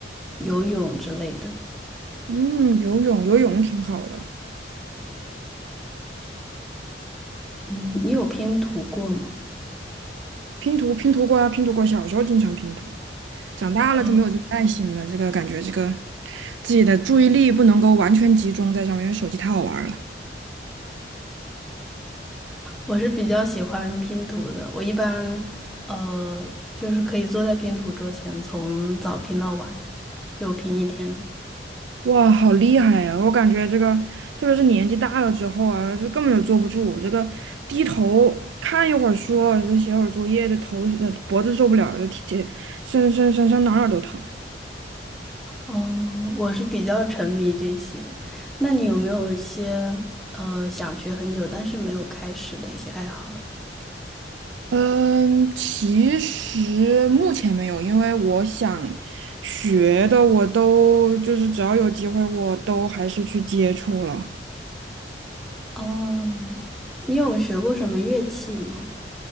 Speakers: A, in the centre; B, on the right.
A: 游泳之类的。
B: 嗯，游泳，游泳挺好的。
A: 嗯，你有拼图过吗？
B: 拼图，拼图过啊，拼图过。小时候经常拼图，长大了就没有这个耐心了。
A: 哦，
B: 这个感觉，这个自己的注意力不能够完全集中在上面，因为手机太好玩了。
A: 我是比较喜欢拼图的。我一般呃就是可以坐在拼图桌前，从早拼到晚，就拼一天。
B: 哇，好厉害呀！我感觉这个，特别是年纪大了之后啊，就根本就坐不住。这个低头看一会儿书，这写会儿作业，这头呃脖子受不了，这体这身身身上哪儿哪儿都疼。
A: 哦，我是比较沉迷这些。那你有没有一些呃想学很久但是没有开始的一些爱好呢
B: 嗯，其实目前没有，因为我想学的我都就是只要有机会我都还是去接触了。
A: 哦，你有学过什么乐器吗？